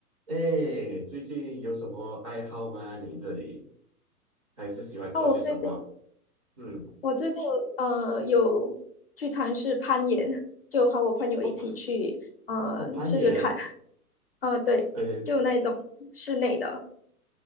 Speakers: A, on the right (about 25°); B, on the left (about 40°).
A: 哎，最近有什么爱好吗？你这里还是喜欢做些什么？
B: 哦，我最近
A: 嗯，
B: 我最近呃有去尝试攀岩，就和我朋友一起去呃试试看，
A: 我攀我攀岩，
B: 呃对，
A: 呃，
B: 就那种室内的，